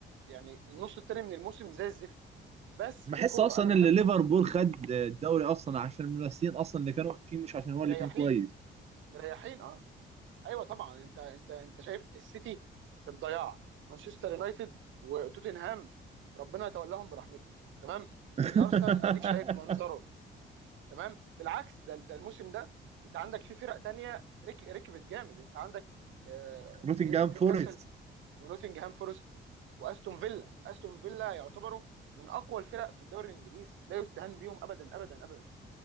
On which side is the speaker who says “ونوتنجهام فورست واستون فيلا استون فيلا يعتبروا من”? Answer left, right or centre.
Right